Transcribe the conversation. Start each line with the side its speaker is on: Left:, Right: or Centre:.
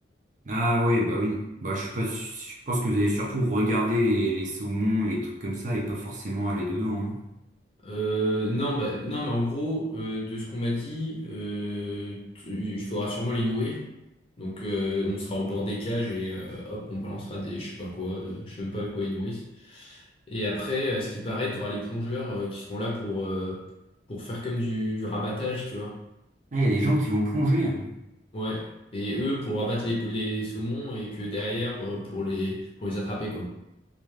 Right: Ah ouais, bah oui. Bah, je suis pas... su- je pense que vous allez surtout regarder les, les saumons et les trucs comme ça et pas forcément aller dedans. hein.
Left: Euh, non, bah, non, mais en gros, euh, de ce qu'on m'a dit, euh, tu- il faudra sûrement les nourrir. Donc, euh, on sera au bord des cages et euh, hop, on balancera des, je sais pas quoi, euh, je sais même pas avec quoi ils nourrissent. Et après, à ce qui paraît, tu auras les plongeurs euh, qui seront là pour, euh, pour faire comme du, du rabattage, tu vois.
Right: Ah, il y a des gens qui vont plonger. hein.
Left: Ouais. Et eux pour abattre les, les saumons et que derrière euh, pour les pour les attraper quoi.